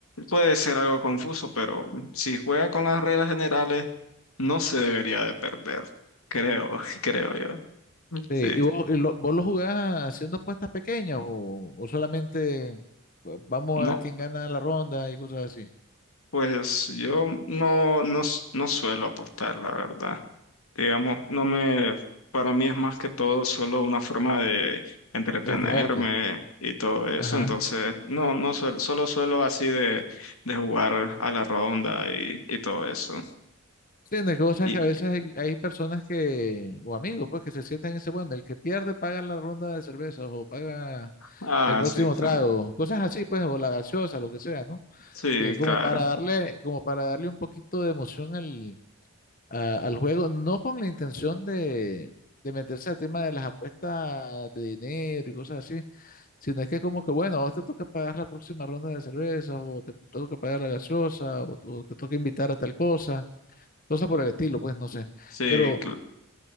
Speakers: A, on the left (about 70°); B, on the left (about 40°).
A: puede ser algo confuso, pero si juega con las reglas generales, no se debería de perder, creo, <laughs> creo yo.
B: Sí,
A: Sí,
B: ¿y vos, y lo- vos lo jugás haciendo apuestas pequeñas o, o solamente pues, vamos
A: no,
B: a ver quién gana la ronda y cosas así?
A: pues yo no, no, s- no suelo apostar, la verdad. digamos, no me, para mí es más que todo solo una forma de entretenerme
B: Para distraerte.
A: y todo eso,
B: Ajá.
A: entonces no, no suelo, solo suelo así de, de jugar a la ronda y, y todo eso.
B: Sí, no, es que vos sabes
A: Y,
B: que a veces hay, hay personas que, o amigos, pues, que se sientan en ese, bueno, el que pierde paga la ronda de cervezas o paga
A: ah,
B: el próximo
A: sí,
B: trago,
A: también.
B: cosas así, pues, o la gaseosa, lo que sea, ¿no?
A: Sí,
B: Eh, como
A: claro.
B: para darle, como para darle un poquito de emoción al, a- al juego, no con la intención de, de meterse al tema de las apuestas de dinero y cosas así, sino es que como que, bueno, a vos te toca pagar la próxima ronda de cerveza, o te toca pagar la gaseosa, o tú- te toca invitar a tal cosa, cosas por el estilo, pues no sé.
A: Sí,
B: Pero
A: cl-